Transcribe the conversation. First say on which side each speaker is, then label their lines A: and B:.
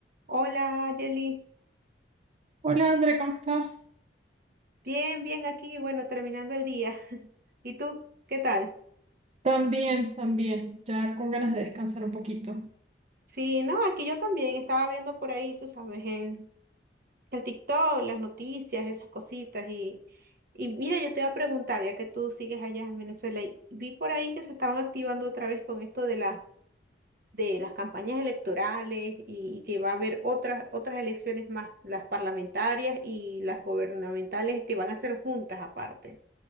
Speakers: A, on the right; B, on the right.
A: Hola, Yeli.
B: Hola André, ¿cómo estás?
A: Bien, bien aquí, bueno, terminando el día. <laughs> ¿Y tú? ¿Qué tal?
B: También, también, ya con ganas de descansar un poquito.
A: Sí, no, aquí yo también estaba viendo por ahí, tú sabes, el, el TikTok, las noticias, esas cositas. Y, y mira, yo te voy a preguntar, ya que tú sigues allá en Venezuela, y vi por ahí que se estaban activando otra vez con esto de, la, de las campañas electorales y, y que va a haber otras, otras elecciones más, las parlamentarias y las gubernamentales que van a ser juntas aparte,